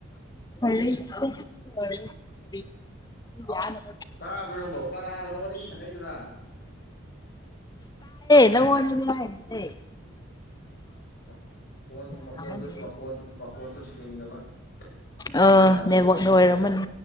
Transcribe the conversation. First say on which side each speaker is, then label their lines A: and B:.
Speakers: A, on the left (about 20°); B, on the left (about 45°).
A: <unintelligible>
B: ꯇꯥꯕ꯭ꯔꯣ ꯅꯪꯕꯣ ꯀꯅꯥꯒꯅꯣ ꯋꯥꯔꯤ ꯁꯥꯟꯅꯩꯗꯨꯅꯥ?
A: ꯑꯦ
B: ꯃꯈꯣꯟ ꯃꯈꯣꯟꯗꯨ
A: ꯇꯥꯃꯟꯗꯦ
B: ꯃꯈꯣꯟ ꯃꯈꯣꯟꯗꯨ ꯁꯦꯡꯗꯕ
A: ꯑꯥ
B: ꯑꯗꯨꯅ ꯑꯗꯨ
A: ꯅꯦꯠꯋꯥꯛꯅ
B: ꯑꯗꯨ
A: ꯑꯣꯏꯔꯝꯃꯅꯤ
B: ꯃ ꯎ